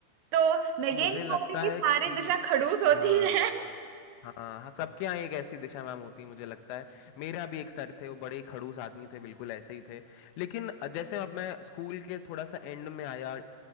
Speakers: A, on the right (about 80°); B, on the left (about 85°).
A: तो मैं ये
B: मुझे
A: नहीं
B: लगता
A: बोल रही कि
B: है
A: सारे
B: कि
A: दिशा खड़ूस होती
B: हाँ
A: है हम्म
B: हाँ हाँ सबके यहाँ एक ऐसी दिशा मैम होती है मुझे लगता है मेरे यहाँ भी एक सर थे वो बड़े ही खड़ूस आदमी थे बिल्कुल ऐसे ही थे लेकिन जैसे अब मैं स्कूल के थोड़ा सा एंड में आया